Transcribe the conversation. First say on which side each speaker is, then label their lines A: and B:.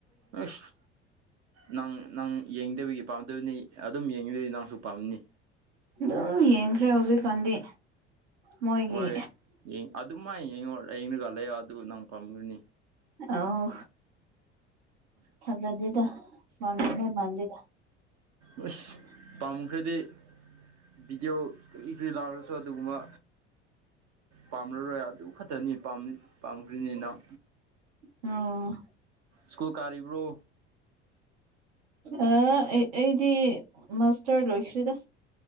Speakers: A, on the right; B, on the right.
A: ꯑꯁ! ꯅꯪ ꯅꯪ ꯌꯦꯡꯗꯕꯒꯤ ꯄꯥꯝꯗꯕꯅꯤ ꯑꯗꯨꯝ ꯌꯦꯡꯉꯤꯗꯤ ꯅꯪꯁꯨ ꯄꯥꯝꯅꯤ꯫
B: ꯑꯗꯨꯝ ꯌꯦꯡꯈ꯭ꯔꯦ ꯍꯧꯖꯤꯛꯀꯥꯟꯗꯤ꯫ ꯃꯣꯏꯒꯤ
A: ꯍꯣꯏ ꯌꯦꯡ ꯑꯗꯨꯃꯥꯏ ꯌꯦꯡꯉꯣ ꯌꯦꯡꯔꯒ ꯂꯩꯔ ꯑꯗꯨ ꯅꯪ ꯄꯥꯝꯒꯅꯤ꯫
B: ꯑꯣ ꯊꯥꯖꯗꯦꯗ ꯄꯥꯝꯅꯉꯥꯏ ꯃꯥꯟꯗꯦꯗ꯫
A: ꯎꯨꯁ ꯄꯥꯝꯈ꯭ꯔꯥꯗꯤ ꯚꯤꯗꯤꯑꯣ ꯀꯔꯤ ꯀꯔꯤ ꯂꯥꯎꯔꯁꯨ ꯑꯗꯨꯒꯨꯝꯕ ꯄꯥꯝꯂꯔꯣꯏ ꯑꯗꯨ ꯈꯛꯇꯅꯤ ꯄꯥꯝ ꯄꯥꯝꯈ꯭ꯔꯤꯅꯤ ꯅꯪ꯫
B: ꯑꯣ
A: ꯁ꯭ꯀꯨꯜ ꯀꯥꯔꯤꯕ꯭ꯔꯣ?
B: ꯑꯥ ꯑꯩ ꯑꯩꯗꯤ ꯃꯥꯁꯇꯔ ꯂꯣꯏꯈ꯭꯭ꯔꯦꯗꯥ꯫